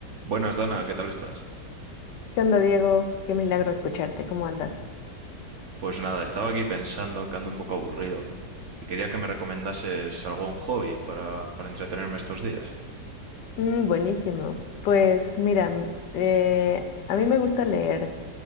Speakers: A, on the right; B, on the left.
A: Buenas, Dana, ¿qué tal estás?
B: ¿Qué onda, Diego? Qué milagro escucharte. ¿Cómo andas?
A: Pues nada, estaba aquí pensando que ando un poco aburrido y quería que me recomendases algún hobby para, para entretenerme estos días.
B: Mm, buenísimo. Pues mira, mm, eh, a mí me gusta leer